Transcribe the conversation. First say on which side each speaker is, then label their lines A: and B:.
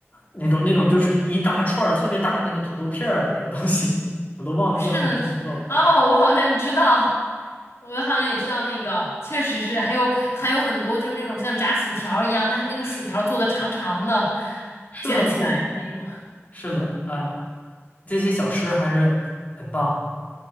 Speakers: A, on the left; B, on the left.
A: 那种那种就是一大串儿特别大的那个土豆片儿的那个东西，<laughs> 我都忘了叫什么名字了。
B: 是的，是。哦，我好像知道。我好像也知道那个，确实是，还有还有很多就是那种像炸薯条一样，但是那个薯条做的长长的，
A: 是的，
B: 卷起来的那种。
A: 是的，是的，哎呀，这些小吃还是很棒